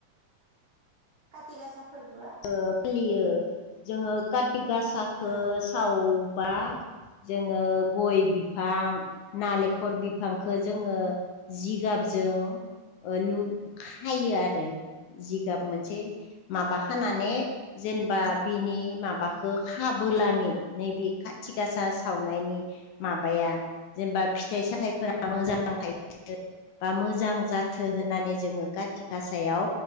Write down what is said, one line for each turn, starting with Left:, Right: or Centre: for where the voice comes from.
Right: खाथि गासा फोरबोआ
Left: ओ फालियो जोङो खाथि गासाखो
Right: औ
Left: सावबा जोङो गय बिफां, नालेखर बिफांखो जोङो जि गाबजों ओ लुब खायो आरो जिगाब मोनसे माबा खानानै जेनेबा बिनि माबाखो खाबोलाङि नैबे खाथि गासा आ सावनायनि माबाया जेनेबा फिथाइ सामथाइफोरा मोजां थायो बा मोजां जाथो होननानै जोङो खाथि गासायाव